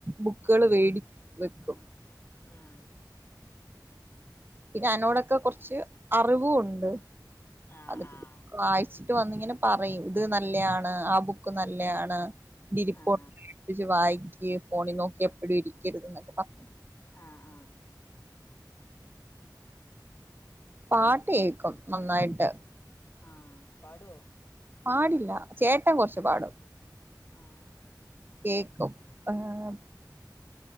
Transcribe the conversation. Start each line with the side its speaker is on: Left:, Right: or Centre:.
Right: ബുക്കുകൾ വേടിച്ചു വെക്കും
Left: ആഹ്
Right: പിന്നെ അനോടൊക്കെ കുറച്ച് അറിവുണ്ട്
Left: ആഹ്
Right: അത്
Left: ആഹ് ആഹ്
Right: വായി ച്ചിട്ട് വന്നിങ്ങനെ പറയും ഇത് നല്ലയാണ് ആ ബുക്ക് നല്ലയാണ് <unintelligible>
Left: ആഹ്
Right: വായിക്കി ഫോണിൽ നോക്കി എപ്പോഴും ഇരിക്കരുത് എന്നൊക്കെ പറഞ്ഞ്
Left: ആഹ് ആഹ്
Right: പാട്ട് കേക്കും നന്നായിട്ട്
Left: ആഹ് പാടോ
Right: പാടില്ല ചേട്ടൻ കൊറച്ച് പാടും
Left: ആഹ്
Right: കേക്കും ഏഹ്